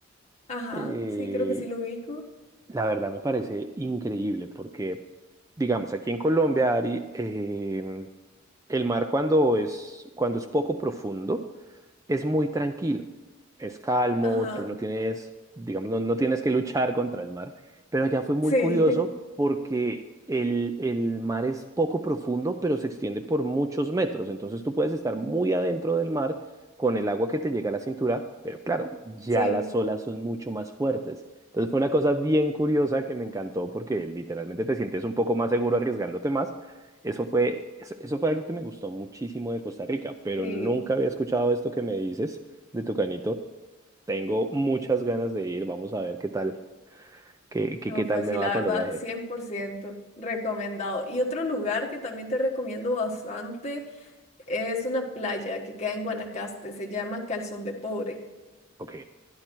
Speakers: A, on the left; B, on the right.
A: ajá,
B: eh,
A: sí, creo que sí lo ubico.
B: la verdad me parece increíble porque, digamos, aquí en Colombia, Ari, eh, el mar cuando es, cuando es poco profundo, es muy tranquilo, es calmo,
A: Ajá,
B: tú no tienes, digamos, no, no tienes que luchar contra el mar, pero allá fue muy
A: sí,
B: curioso porque el, el mar es poco profundo, pero se extiende por muchos metros, entonces tú puedes estar muy adentro del mar con el agua que te llega a la cintura, pero claro, ya
A: <laughs> sí,
B: las olas son mucho más fuertes. Entonces fue una cosa bien curiosa que me encantó porque literalmente te sientes un poco más seguro arriesgándote más, eso fue, eso, eso fue algo que me gustó muchísimo de Costa Rica, pero
A: sí.
B: nunca había escuchado esto que me dices de Tucanito. Tengo muchas ganas de ir, vamos a ver qué tal, qué, qué,
A: No,
B: qué tal
A: pues
B: me
A: sí,
B: va
A: la
B: cuando
A: verdad,
B: viaje.
A: 100%, recomendado. Y otro lugar que también te recomiendo bastante es una playa que queda en Guanacaste, se llama Calzón de Pobre.
B: Ok,